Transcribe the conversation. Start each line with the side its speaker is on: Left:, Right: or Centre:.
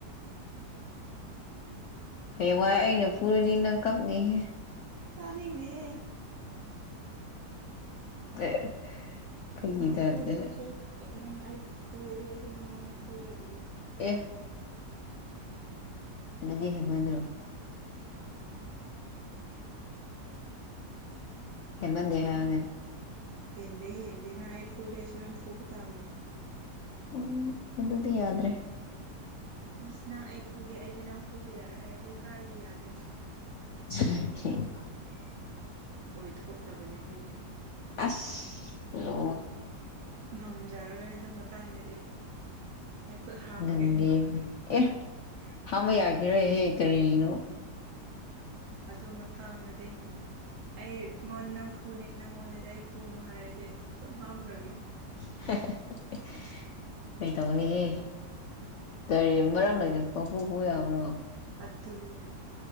Left: ꯍꯌꯦ ꯋꯥ ꯑꯩꯅ ꯐꯨꯔꯤꯔꯤꯅ ꯀꯝꯅꯤ ꯍꯦ
Right: ꯇꯅꯤꯡꯅꯤ
Left: ꯑꯦ ꯐꯥꯒꯤ
Right: ꯅꯪ
Left: ꯇꯥꯏꯞꯇ
Right: ꯐꯨꯗꯦꯗꯁꯨ ꯅꯪ ꯑꯩ ꯐꯨꯔꯗꯤ ꯑꯩꯁꯨ ꯅꯉꯣꯟꯗ ꯐꯨꯗꯣꯏꯅꯦ ꯑꯃꯨꯛ
Left: ꯇ ꯑꯗꯨꯗꯤ ꯍꯦ ꯃꯗ꯭ꯔꯣ ꯍꯃꯟꯗꯦ ꯌꯥꯅꯦ
Right: ꯍꯦꯟꯗꯦ ꯍꯦꯟꯗꯦ ꯅꯪ ꯑꯩ ꯐꯨꯗꯦ ꯑꯩꯁꯨ ꯅꯪ ꯐꯨꯕ ꯇꯥꯕꯅꯦ
Left: ꯎꯝ ꯑꯗꯨꯗꯤ ꯌꯥꯗ꯭ꯔꯦ
Right: ꯏꯁ ꯅꯪ ꯑꯩ ꯐꯨꯒꯦ ꯑꯩꯗꯤ ꯅꯪ ꯐꯨꯕ ꯌꯥꯔꯦ ꯍꯥꯏꯗꯤ ꯀꯥꯏꯗꯤ ꯌꯥꯗꯣꯏꯅꯣ
Left: <unintelligible>
Right: ꯑꯣꯏꯊꯣꯛꯇꯕꯅꯦ ꯑꯗꯨꯗꯤ
Left: ꯑꯁ ꯂ
Right: ꯉꯝꯖꯔꯔꯣꯏ ꯑꯗꯨ ꯃꯇꯥꯡꯗꯗꯤ ꯑꯩ ꯈꯨꯠ ꯍꯥꯝꯃꯒꯦ
Left: ꯉꯟꯗꯤ ꯑꯦ ꯍꯥꯃ ꯌꯥꯈꯤꯔꯣꯏꯍꯦ ꯀꯔꯤꯅꯣ
Right: ꯑꯗꯨ ꯃꯇꯥꯡꯅꯗꯤ ꯑꯩꯉꯣꯟꯗ ꯅꯪ ꯐꯨꯅꯤ ꯅꯪꯉꯣꯟꯗꯗꯤ ꯑꯩ ꯐꯨꯅꯨ ꯍꯥꯏꯔꯗꯤ ꯈꯨꯠ ꯍꯥꯝꯈ꯭ꯔꯒꯦ
Left: <unintelligible> <unintelligible> ꯀꯩꯇꯧꯕꯅꯤꯍꯦ ꯀꯔꯤ ꯃꯔꯝ ꯂꯩꯅꯅ ꯄꯄꯨꯄꯨ ꯌꯥꯕ꯭ꯔꯣ
Right: ꯃꯗꯅ